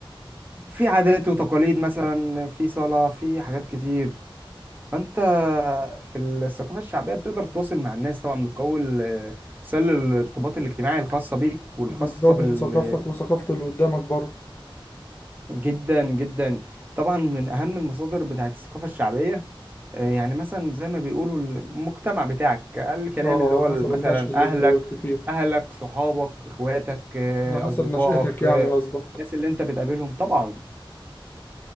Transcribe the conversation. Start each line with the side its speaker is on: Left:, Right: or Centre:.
Right: في عادات وتقاليد مثلا في صلاة في حاجات كتير فانت في الثقافة الشعبية بتقدر تتواصل مع الناس طبعا بتكون آه، وسائل الارتباط الاجتماعي الخاصة بيك والخاصة
Left: وبتزود
Right: بال
Left: من ثقافتك وثقافة اللي قدامك برضه
Right: جدا جدا طبعا من اهم المصادر بتاعت الثقافه الشعبيه آه، يعني مثلا زي ما بيقولوا المجتمع بتاعك الكلام
Left: اه
Right: اللي
Left: على
Right: هو
Left: حسب
Right: مثلا
Left: النشأة اللي
Right: اهلك
Left: أنت وقفت فيها
Right: اهلك صحابك اخواتك آه،
Left: على حسب
Right: اصدقائك
Left: نشأتك يعني
Right: آه،
Left: قصدك
Right: الناس اللي انت بتقابلهم طبعا